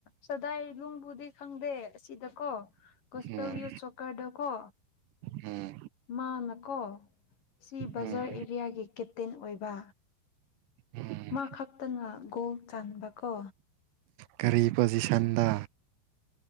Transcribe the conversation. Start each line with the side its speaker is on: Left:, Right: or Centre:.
Left: ꯁꯗꯥꯏ ꯂꯨꯡꯕꯨꯗꯤ ꯈꯪꯗꯦ ꯑꯁꯤꯗꯀꯣ ꯀꯣꯁꯄꯦꯜ
Right: ꯎꯝ
Left: ꯌꯨ ꯆꯣꯀꯔꯗꯣ ꯀꯣ
Right: ꯎꯝ
Left: ꯃꯥꯅꯀꯣ ꯁꯤ ꯕꯖꯥꯔ
Right: ꯎꯝ
Left: ꯑꯦꯔꯤꯌꯥꯒꯤ ꯀꯦꯞꯇꯦꯟ ꯑꯣꯏꯕ
Right: ꯎꯝ
Left: ꯃꯥ ꯈꯛꯇꯅ ꯒꯣꯜ ꯆꯟꯕ ꯀꯣ
Right: ꯀꯔꯤ ꯄꯣꯖꯤꯁꯟꯗ